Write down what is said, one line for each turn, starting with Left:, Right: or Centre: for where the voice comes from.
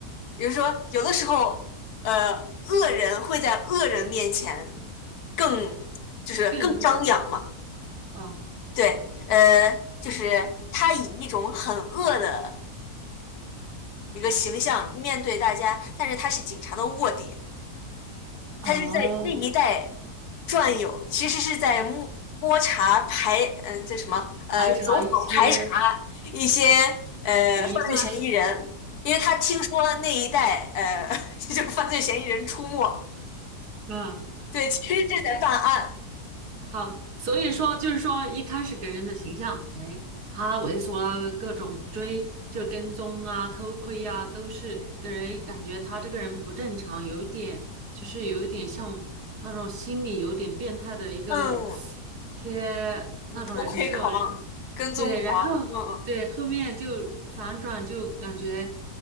Left: 比如说，有的时候，呃，恶人会在恶人面前更就是更张扬嘛，
Right: 更恶啊，
Left: 对，呃，就是他以一种很恶的一个形象面对大家，但是他是警察的卧底，他是在那一带
Right: 哦，
Left: 转悠，其实是在摸摸查排，嗯、这什么，呃，
Right: 排查一些
Left: 走访排查一些呃犯罪嫌疑人，
Right: 嫌疑犯
Left: 因为他听说那一带呃 <laughs> 就犯罪嫌疑人出没。
Right: 啊。<laughs>
Left: 对，其实这在办案，
Right: 好，所以说就是说一开始给人的形象，哎，他猥琐啊，各种追，就跟踪啊，偷窥啊，都是给人感觉他这个人不正常，有一点就是有一点像那种心理有点变态的一个
Left: 嗯，什
Right: 一些那种人设，
Left: 么偷窥狂、跟踪狂，
Right: 对，然后对后面就反转，
Left: 嗯
Right: 就感觉